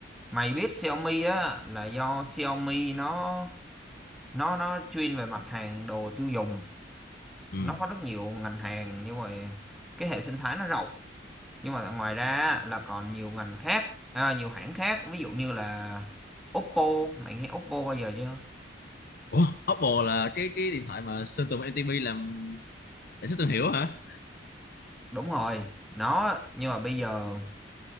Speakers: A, in the centre; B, on the left.
A: mày biết Xiaomi á là do Xiaomi nó nó nó chuyên về mặt hàng đồ tiêu dùng
B: ừ
A: nó có rất nhiều ngành hàng nhưng mà cái hệ sinh thái nó rộng nhưng mà ngoài ra là còn nhiều ngành khác à, nhiều hãng khác ví dụ như là Oppo mày nghe Oppo bao giờ chưa
B: Ủa, Oppo là cái cái điện thoại mà Sơn Tùng MTP làm để xuất thương hiệu hả
A: Đúng rồi, nó nhưng mà bây giờ